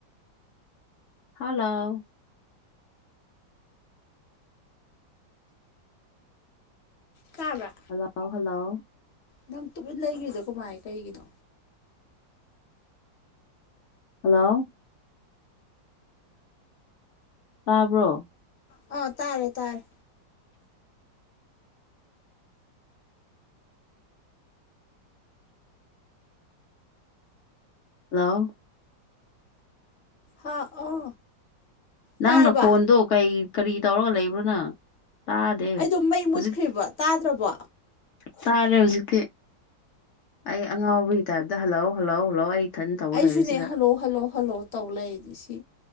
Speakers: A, on the left; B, on the left.
A: ꯍꯜꯂꯣ
B: ꯀꯥꯕ꯭ꯔꯥ
A: ꯍꯜꯂꯣ ꯍꯜꯂꯣ
B: ꯅꯪ ꯇꯨꯃꯤꯟ ꯂꯩꯈꯤꯕꯗꯣ ꯀꯃꯥꯏ ꯀꯩꯒꯤꯅꯣ
A: ꯍꯜꯂꯣ ꯇꯥꯕ꯭ꯔꯣ
B: ꯑ ꯇꯥꯔꯦ ꯇꯥꯔꯦ
A: ꯍꯜꯂꯣ
B: ꯍꯥꯥ ꯑꯣ
A: ꯅꯪꯅ
B: ꯇꯥꯔꯕ
A: ꯈꯣꯟꯗꯣ ꯀꯩ ꯀꯔꯤ ꯇꯧꯔꯒ ꯂꯩꯕ꯭ꯔꯣꯅ ꯇꯥꯗꯦ
B: ꯑꯩꯗꯣ ꯃꯩ
A: ꯍꯧꯖꯤꯛ
B: ꯃꯨꯠꯈ꯭ꯔꯤꯕ ꯇꯥꯗ꯭ꯔꯕꯣ
A: ꯆꯥꯔꯦ ꯍꯧꯖꯤꯛꯇꯤ ꯑꯩ ꯑꯉꯥꯎ ꯑꯗꯨꯒꯤ ꯇꯥꯏꯞꯇ ꯍꯜꯂꯥꯎ ꯍꯜꯂꯧ ꯍꯜꯂꯥꯎ ꯑꯩ ꯊꯟ ꯇꯧ
B: ꯑꯩꯁꯨꯅꯦ
A: ꯂꯩꯔꯤꯁꯤꯗ
B: ꯍꯜꯂꯣ ꯍꯜꯂꯣ ꯍꯜꯂꯣ ꯇꯧ ꯂꯩꯅꯦ ꯁꯤ